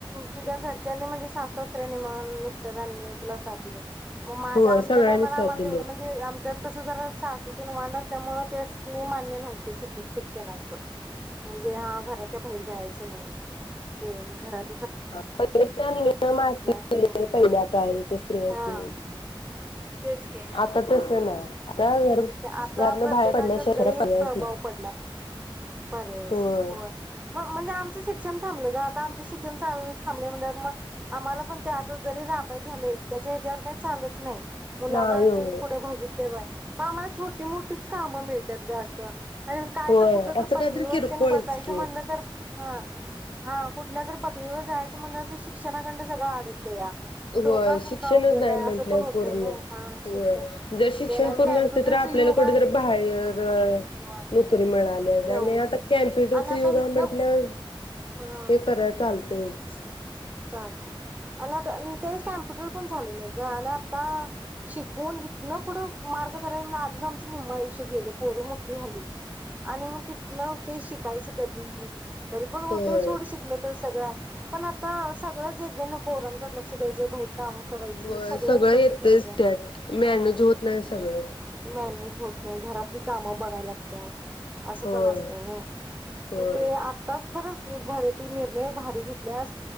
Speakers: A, on the right (about 15°); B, on the left (about 70°).
A: तुझ्या घर त्यांनी म्हणजे सासु -सासऱ्यांनी म्हण, मिस्टरांनी तुला साथ दिल्यात. मग माझ्या
B: होय
A: आमच्या
B: सगळ्यांनी
A: टाइमाला आम्हाला
B: साथ दिली
A: तेवढं म्हणजे आमच्यात कसं जरा सासू वांड असल्यामुळे त्यास्नी मान्य नव्हतं शिक शिक्षणाचं म्हणजे हा घराच्या भाईर जायाचं नाही ते मग घरात
B: हा पहिले त्या निमित्त मार्केट
A: शिक्षण
B: मधी
A: घेणार
B: पहिल्या काळी
A: हा. तेच की हा.
B: आता तसं नाय आता घर घरातनं
A: आता प्रत्येकाच्यांत
B: बाहेर पडल्याशिवाय
A: लई
B: दुसरा पर्यायच
A: प्रभाव
B: नाही
A: पडलाय बराच
B: होय
A: हो मग म्हणजे आमचं शिक्षण थांबलं ग आता आम् शिक्षण थांब थांबल्यावर मग आम्हांला पण ते आता जरी राबाय झालं एकट्याच्या ह्याच्यावर काही चालत नाही. मुलाबाळांच
B: नाही हो
A: बी पुढे भवि तव्य हाय. पण आम्हांला छोटी मोठीच कामं मिळतात ग असं काय
B: होय
A: तर कुठं तर
B: असं
A: पदवीवर
B: काहीतरी किरकोळच
A: तेन बसायचं
B: की
A: म्हणलं तर हां हां कुठल्या तरी पदवीवर जायचं म्हणलं तर शिक्षणाकडनं सगळं आडतं.
B: होय
A: डोकं असून
B: शिक्षणच
A: का उपयोग
B: नाही
A: हाय असं
B: म्हंटलं
A: पण होतंय
B: पूर्ण
A: नाई हा शिक्षण
B: होय जर शिक्षण
A: तेन
B: तर
A: कॅम्प्युटरचं
B: आपल्याला
A: युग
B: कुठेतरी
A: आहे.
B: बाहेर
A: होय.
B: नोकरी मिळाल्या असत्या
A: ठेवते
B: आणि आता कॅमप्युटरचं
A: आणि आता
B: युग हाय
A: इथन
B: म्हटल्यावर
A: हम्म
B: हे कराय चालतंय. <inaudible>
A: चाल आणि आता तेच कम्प्युटर पण झालं नाही ग आणि आता शिकून हिथन पुढं मार्ग करायचं म्हणलं तर आधीच आमचं निम्म आयुष्य गेलं पोरं मोठी झाली आणि मग तिथन ते शिकायचं कधी तरी पण होतंय
B: होय
A: सोड शिकलं तर सगळं हाय. पण आत ता सगळ्या जेजबिनं पोरांकडं लक्ष द्यायचं बाहिर काम करायचं
B: होय,
A: सगळं बसत
B: येतच
A: नाही ग
B: त्यात
A: हम्म
B: मॅनेज होत नाही सगळं
A: मॅनेज होत नाही घरातली काम बघाय लागत्यात. असं
B: होय
A: पण असतंय ना
B: होय
A: तर ते आत्ताच खरं तू भारी तु निर्णय भारी घेतल्यास